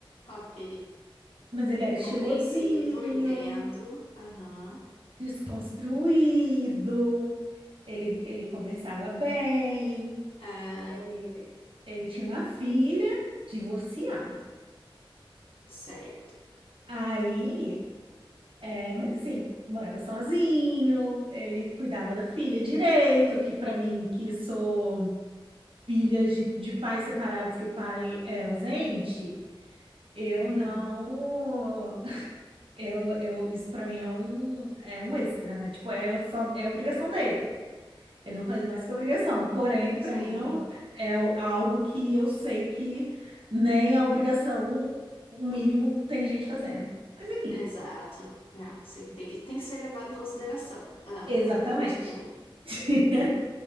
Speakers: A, on the left; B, on the right.
A: ok.
B: Mas ele era
A: Compreensivo,
B: estilosinho,
A: entendo. Aham.
B: desconstruído. Ele, ele conversava bem.
A: Ah,
B: Ele, ele tinha uma filha, divorciado.
A: certo.
B: Aí É, mas assim, morava sozinho, ele cuidava da filha direito, que para mim, que sou filha de, de pais separados, que o pai é ausente, eu
A: Uhum.
B: não. Eu, eu, isso para mim é um, é um extra, né? Tipo, é só, é obrigação dele. Ele não faz mais que obrigação. Porém,
A: Sim,
B: para mim é, um- é algo que eu sei que nem a obrigação, o mínimo, tem gente fazendo. Mas enfim,
A: exato. Não, sim, tem que, tem que ser levado em consideração. Ah,
B: exatamente.
A: con- continue.
B: <laughs>